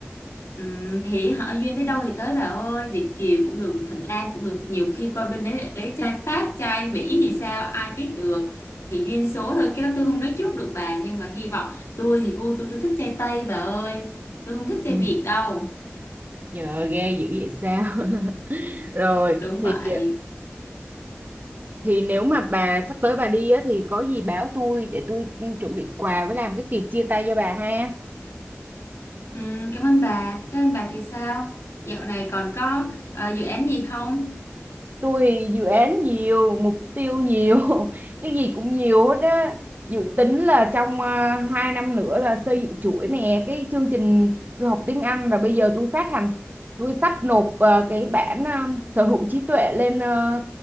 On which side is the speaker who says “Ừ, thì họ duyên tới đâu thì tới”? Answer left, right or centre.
Left